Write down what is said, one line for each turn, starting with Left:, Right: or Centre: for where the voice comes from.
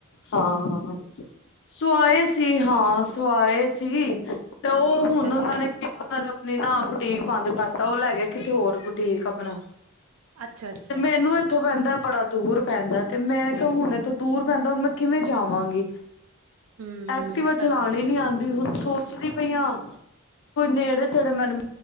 Left: ਹਾਂ ਹਾਂ ਸੁਆਏ ਸੀ ਹਾਂ ਸਆਏ ਸੀ ਤੇ ਉਹ
Right: ਅੱਛਾ
Left: ਹੁਣ
Right: ਅੱਛਾ
Left: ਉਹਨਾਂ ਨੇ ਨਹੀਂ ਨਾ ਬੁਟੀਕ ਬੰਦ ਵਸਤਾ ਉਹ ਲੈ ਗਿਆ ਕਿਤੇ ਹੋਰ ਬੁਟੀਕ ਆਪਣਾ
Right: ਅੱਛਾ ਅੱਛਾ
Left: ਤੇ ਮੈਨੂੰ ਇੱਥੋਂ ਪੈਂਦਾ ਬੜਾ ਦੂਰ ਪੈਂਦਾ ਤੇ ਮੈਂ ਕਿਹਾ ਹੁਣ ਇਥੋਂ ਦੂਰ ਪੈਂਦਾ ਹੁਣ ਮੈਂ ਕਿਵੇਂ ਜਾਵਾਂਗੀ
Right: ਹਮ
Left: ਐਕਟਿਵਾ
Right: ਇਹ
Left: ਚਲਾਉਣੀ
Right: ਤਾਂ ਗੱਲ ਸਹੀ
Left: ਨੀ ਆਉਂਦੀ ਹੁਣ ਸੋਚ ਛਦੀ ਪਈਆਂ ਕੋਈ ਨੇੜੇ ਤੇੜੇ ਮੈਨ